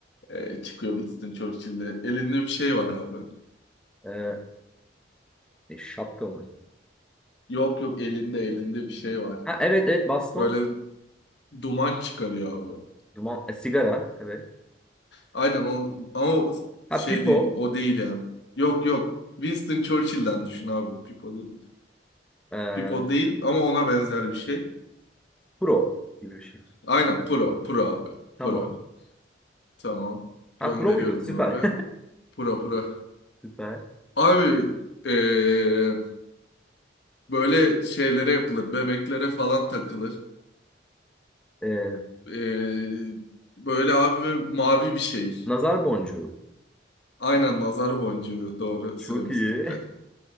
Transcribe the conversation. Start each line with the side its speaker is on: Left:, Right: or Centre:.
Left: e, çıkıyor Winston Churchill'de. Elinde bir şey var abi.
Centre: Ee, e, şapka mı?
Left: Yok yok elinde elinde bir şey var.
Centre: Ha evet evet baston.
Left: Böyle duman çıkarıyor abi.
Centre: Duman, e, sigara. Evet.
Left: Aynen o ama
Centre: Ha
Left: şey
Centre: pipo.
Left: değil o değil yani. Yok yok Winston Churchill'den düşün abi. Pipalı
Centre: Ee,
Left: Pipo değil ama ona benzer bir şey.
Centre: Pro gibi bir şey.
Left: Aynen Pro. Pro abi.
Centre: Tamam.
Left: Pro. Tamam.
Centre: Ha
Left: Gönderiyorum
Centre: pro muydu? Süper.
Left: abi. Pro Pro.
Centre: <laughs> Süper.
Left: Abi eee, böyle şeylere yapılır. Bebeklere falan takılır.
Centre: Ee,
Left: Eee, böyle abi mavi bir şey.
Centre: nazar boncuğu.
Left: Aynen nazar boncuğu. Doğru.
Centre: Çok
Left: Süremiz
Centre: iyi.
Left: bitti.